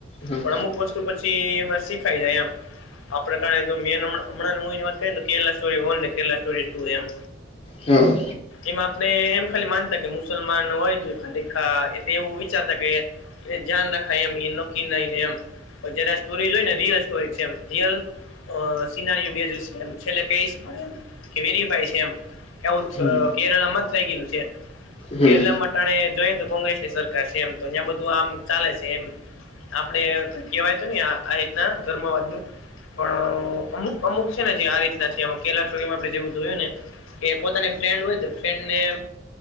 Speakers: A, on the left; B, on the left.
A: હા
B: પણ અમુક વસ્તુ પછી એમા શીખાઈ જાય એમ. આપણે તા મેન હમણાં હું વાત કેલા સ્ટોરી વન ને કેલા સ્ટોરી ટુ એમ.
A: હમ.
B: એમાં આપડે એમ ખાલી માનતા કે મુસલમાન હોય તો ખાલી ખા એલે એવું વિચારતા કે એ જાન રખાય એમ ઈ નકી નઈ ને એમ અજરા સ્ટોરી જોય ને રિયસ હોય છે એમ રિયલ અ સિનારીએ બેજુ શે એમ છેલ્લે કેઈશ પળેન કે વેરીફાઈ છે એમ કેઆવુચ
A: હમ
B: કેરળમાં થઈ ગેલુ છે.
A: હમ
B: કેરલામાં અંટાણે જોઈએને તો કોંગ્રેસ ની સરકાર શે એમ તો ન્યા બધું આમ ચાલે છે એમ. આપડે કેવાય તો ની આ આ રિતના ધર્મવાદ નું. પં અમુક અમુક શે ને જે આ રીતના છે એમાં. કેલાશોલેમા આપણે જેવું જોયું ને કે પોતાની ફ્રેન્ડ હોય તો ફ્રેન ને